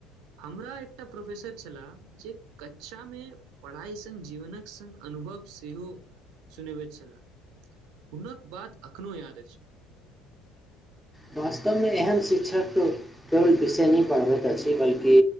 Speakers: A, on the right (about 75°); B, in the centre.
A: हमरा एकटा प्रोफेसर छलाह जे कक्षा मे पढ़ाइ सङ्ग जीवनक सङ्ग अनुभव सेहो सुनेबैत छलाह हुनक बात अखनो याद अछि
B: वास्तवमे एहन शिक्षक केवल विषय नहि पढ़बैत अछि बल्कि